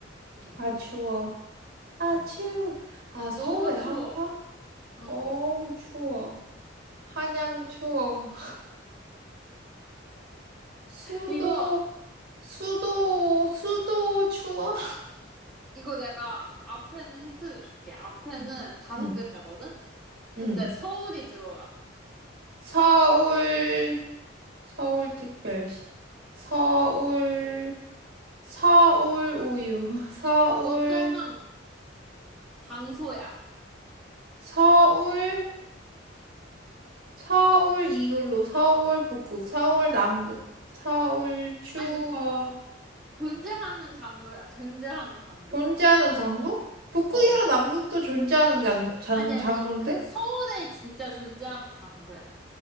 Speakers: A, in the centre; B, on the right (about 50°).
A: 응,
B: 아, 추워. 아,
A: 응.
B: 추워. 아, 서울의
A: 너무 추워.
B: 한파?
A: 어.
B: 어우, 추워. 한양 추워. 수도,
A: 이거,
B: 수도, 수도 추워.
A: 이거 내가 앞에는 힌트를 줄게. 앞에는
B: 음.
A: 다섯
B: 응,
A: 글자거든?
B: 응.
A: 근데 서울이 들어가.
B: 서울, 서울특별시. 서울, 서울 우유. <laughs> 서울,
A: 어떠한 장소야.
B: 서울, 서울 이글루. 서울 북극. 서울 남극. 서울 추워.
A: 아니, 존재하는 장소야. 존재하는 장소.
B: 존재하는 장소? 북극이랑
A: 어.
B: 남극도 존재하는 장소, 장,
A: 아니, 아니,
B: 장소인데?
A: 그 서울에 진짜 존재하는 장소야.